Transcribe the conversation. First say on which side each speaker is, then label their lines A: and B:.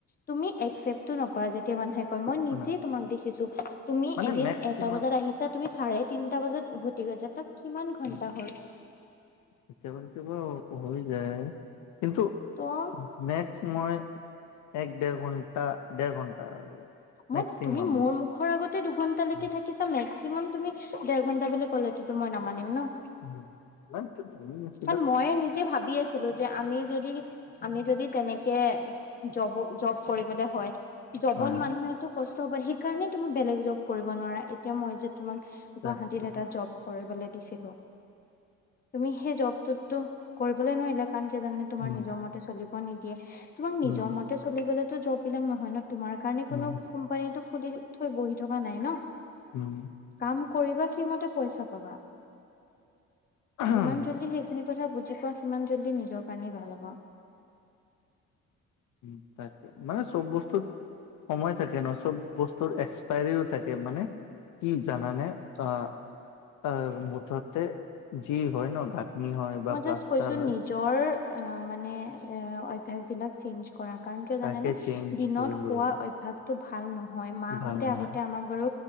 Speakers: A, on the left; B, on the left.
A: তুমি একচেপ্টটো নকৰা যেতিয়া মানুহে কয় মই নিজে-
B: শুনা
A: তোমাক দেখিছো তুমি
B: মানে
A: এদিন
B: মেক্সিমাম
A: এটা বজাত আহিছা তুমি চাৰে তিনটা বজাত উভতি গৈছা তাক- কিমান ঘন্টা
B: উম,
A: হ'ল?
B: কেতিয়াবা কেতিয়াবা হৈ যায় কিন্তু?
A: ত'
B: নেক্সট মই এক দেৰ ঘন্টা, দেৰ ঘন্টা। মেক্সিমাম
A: মোৰ তুমি মোৰ মুখৰ আগতে দুঘন্টা লৈকে
B: উম।
A: থাকিছা মেক্সিমাম তুমি দেৰ ঘন্ট বুলি ক'লেতো মই নামানিম ন'।
B: নাই <unintelligible>
A: কাৰণ মইয়ে নিজে ভাবি আছিলো যে আমি যদি আমি যদি তেনেকে জব জব কৰিবলে হয়, জবত
B: হয়
A: মানুহে- কষ্ট হব, সেইকাৰণে তুমি বেলেগ জব কৰিব নোৱাৰা এতিয়া মই যে তোমাক
B: তাকে।
A: গুৱাহাটীত এটা জব- কৰিবলে দিছিলো, তুমি সেই জবটোতো কৰিবলৈ নোৱাৰিলা কাৰণ কিয় জানে- তোমাৰ
B: উম,
A: নিজৰ মতে চলিব নিদিয়ে, তোমাক
B: উম,
A: নিজৰ মতে চলিবলে তো জব বিলাক নহয় ন। তোমাৰ কাৰণে
B: উম,
A: কোনো কোম্পানীটো খুলি থৈ বহি থকা নাই ন।
B: উম,
A: কাম কৰিবা সেইমতেই পইচা পাবা,
B: উম,
A: যিমান জল্দি শেষ - কথা বুজি পোৱা সিমান জল্দি নিজৰ কাৰণেই ভাল হব।
B: উম, তাক মানে চব বস্তু- সময় থাকে ন চব বস্তুৰ এক্সপায়াৰীও থাকে মানে কি জানানে অঁ, -অ' মুঠতে যি হয় ন গা নি হয় বা
A: মই
B: প্লাষ্টাৰ
A: জাষ্ট কৈছো
B: হয়।
A: নিজৰ অঁ মানে অ' অভ্যাস বিলাক চেঞ্চ কৰা কাৰণ কিয়,
B: তাকে
A: জানানে
B: চেঞ্জ
A: দিনত
B: কৰিলো
A: শোৱা
B: হয়
A: অভ্যাসটো ভাল নহয় মাহতে
B: ভাল নহয়।
A: আগতে আমাক বাৰু